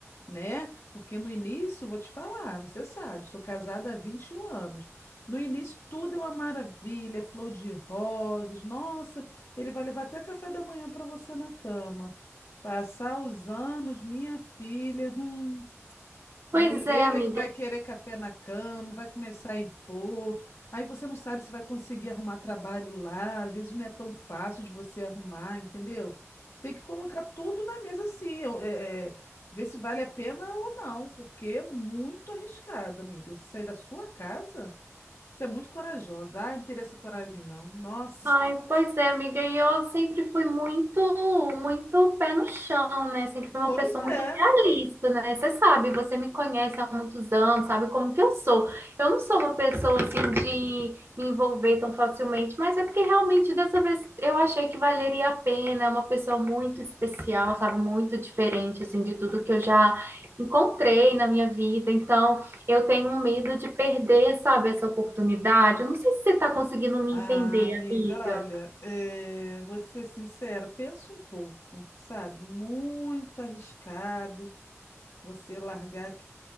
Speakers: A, on the left; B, on the right.
A: né? Porque no início, vou te falar, você sabe, sou casada há 21 anos. No início tudo é uma maravilha, é flor de rosas. Nossa, ele vai levar até café da manhã para você na cama. Passar os anos, minha filha. hum, Aí
B: Pois
A: ele,
B: é,
A: ele
B: amiga.
A: é que vai querer café na cama, vai começar a impor. Aí você não sabe se vai conseguir arrumar trabalho lá. Às vezes não é tão fácil de você arrumar, entendeu? Você tem que colocar tudo na mesa assim, eu- é, é, ver se vale a pena ou não, porque é muito arriscado, amiga. Você sair da sua casa, você é muito corajosa. Ah, eu não teria essa coragem, não. Nossa.
B: Ai,
A: <laughs>
B: pois é, amiga, e eu sempre fui muito, muito pé no chão, né? Sempre fui
A: Pois
B: uma pessoa
A: é.
B: muito realista, né? Você sabe, você me conhece há muitos anos, sabe como que eu sou. Eu não sou uma pessoa assim de me envolver tão facilmente, mas é porque realmente dessa vez eu achei que valeria a pena, é uma pessoa muito especial, sabe? Muito diferente assim de tudo que eu já encontrei na minha vida. Então, eu tenho um medo de perder, sabe, essa oportunidade. Eu não sei se você está conseguindo me
A: Ah,
B: entender,
A: amiga,
B: amiga.
A: olha, eh, vou te ser sincera, pensa um pouco, sabe? Muito arriscado você largar aqui